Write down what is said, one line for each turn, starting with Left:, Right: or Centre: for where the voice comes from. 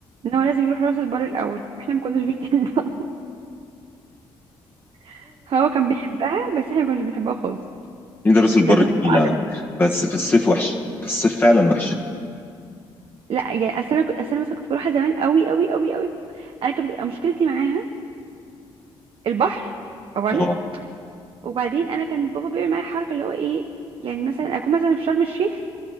Right: ان هو لازم يروح راس البر الاول <laughs> واحنا ما كناش بنحبها <laughs> هو كان بيحبها بس احنا ما كناش بنحبها خالص
Left: مين راس البر
Right: بجد كنت قاعدة
Left: جميل على فكره بس في الصيف وحشه في الصيف فعلا وحشه
Right: لا يعني اصل انا كنت اصل انا مثلا كنت بروحها زمان قوي قوي قوي قوي انا كانت بتبقى مشكلتي معاها البحر اولا
Left: اه
Right: وبعدين انا كان بابا بيعمل معايا حركه اللي هو ايه يعني مثلا اكون مثلا في شرم الشيخ